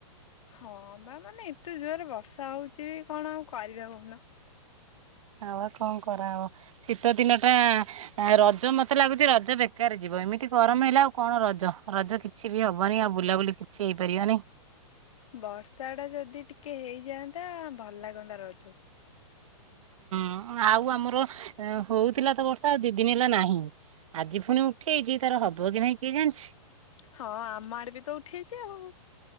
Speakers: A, on the left (about 65°); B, on the right (about 65°).
A: ହଁ ବା ମାନେ ଏତେ ଜୋରେ ବର୍ଷା ହୋଉଚି କଣ ଆଉ କରିବା କୋହୁନ।
B: ହଁ ବା କଣ କରାହବ ଶୀତ ଦିନ ଟା ଆ ରଜ ମତେ ଲାଗୁଚି ରଜ ବେକାର ଯିବ ଏମିତି ଗରମ ହେଲେ ଆଉ କଣ ରଜ ରଜ କି କିଛି ବି ହବନି ଆଉ ବୁଲାବୁଲି କିଛି ହେଇପାରିବାନି।
A: ବର୍ଷା ଟା ଯଦି ଟିକେ ହେଇଯାଆନ୍ତା ଭଲ ଲାଗନ୍ତା ରଜ। <inaudible>
B: ହଁ ଆଉ ଆମର ହୋଉଥିଲା ତ ବର୍ଷା ଆ ଦି ଦିନି ହେଲା ନାହିଁ। ଆଜି ଫୁଣି ଉଠେଇଛି ତାର ହବ କି ନାଇଁ କିଏ ଜାଣିଛି।
A: ହଁ ଆମ ଆଡେ ବି ତ ଉଠେଇଚି ଆଉ।